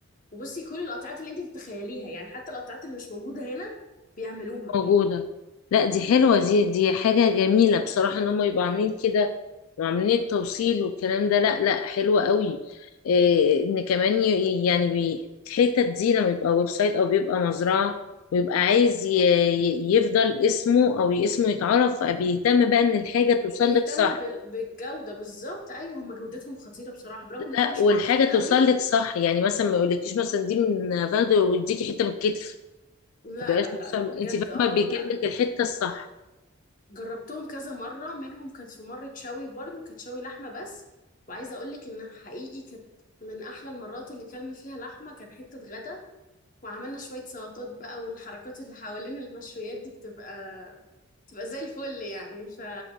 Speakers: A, on the left; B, on the left.
A: وبصي كل القطعات اللي انت تتخيليها يعني حتى القطعات اللي مش موجودة هنا بيعملوها
B: موجودة لا دي حلوة
A: امم
B: دي دي حاجة جميلة بصراحة ان هم يبقوا عاملين كده وعاملين التوصيل والكلام ده لا لا حلوة قوي إيه ان كمان ي- يعني بي- الحتت دي لما يبقى ويب سايت او بيبقى مزرعة ويبقى عايز ي- ي- يفضل اسمه او اسمه يتعرف بيهتم بقى ان الحاجة توصل
A: بيهتم
B: لك صح
A: بال... بالجودة بالظبط ايوه هم جودتهم خطيرة بصراحة برغم انهم
B: لا
A: مش
B: والحاجة
A: معروفين قوي
B: توصل لك صح يعني مثلا ما يقولكيش مثلا دي من فخد ويديكي حتة من الكتف
A: لا
B: ما يبقاش
A: لا
B: مثلا
A: لا لا بجد
B: انت فاهمة
A: اه
B: بيجيب
A: لا لا
B: لك الحتة الصح
A: جربتهم كذا مرة منهم كانت في مرة شوي برضو كانت شوي لحمة بس وعايزة اقول لك ان حقيقي كانت من احلى المرات اللي كلنا فيها لحمة كان حتة غدا وعملنا شوية سلطات بقى والحركات اللي حوالين المشويات دي بتبقى بتبقى زي الفل يعني ف...